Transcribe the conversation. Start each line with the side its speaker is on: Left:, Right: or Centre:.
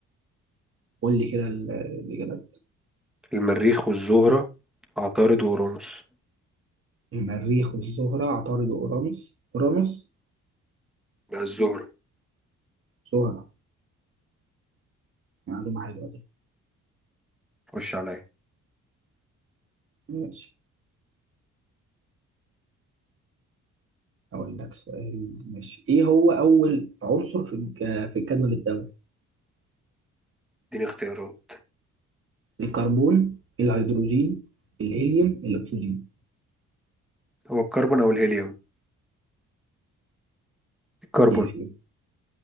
Right: قول لي كده ال- الاجابات
Centre: المريخ والزهرة عطارد وأورانوس
Right: المريخ والزهرة عطارد وأورانوس أورانوس
Centre: لا الزهرة
Right: زهرة معلومة حلوة دي
Centre: خش عليا
Right: ماشي أقول لك سؤال ماشي إيه هو أول عنصر في الج- في الجدول الدوري
Centre: اديني اختيارات
Right: الكربون الهيدروجين الهيليوم الأكسجين
Centre: هو الكربون أو الهيليوم الكربون
Right: إيه فيهم